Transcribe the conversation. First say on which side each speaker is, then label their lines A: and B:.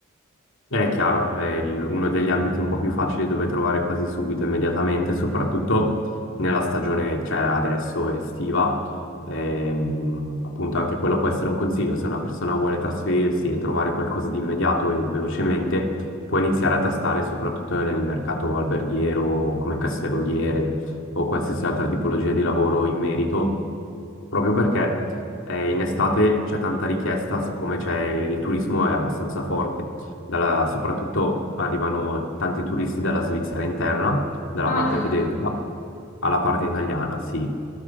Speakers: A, on the left; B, on the left.
A: È chiaro, è il- uno degli ambiti un po' più facili dove trovare quasi subito, immediatamente, soprattutto nella stagione, cioè adesso estiva. Ehm, appunto, anche quello può essere un consiglio. Se una persona vuole trasferirsi e trovare qualcosa di immediato e velocemente, può iniziare a tastare soprattutto nel mercato alberghiero, come
B: Mm.
A: casseroliere o qualsiasi altra tipologia di lavoro in merito, proprio perché eh, in estate c'è tanta richiesta, siccome c'è il turismo è abbastanza forte dalla- soprattutto arrivano tanti turisti dalla Svizzera interna, dalla
B: Ah,
A: parte
B: Ah, addirittura.
A: tedesca alla parte italiana, sì.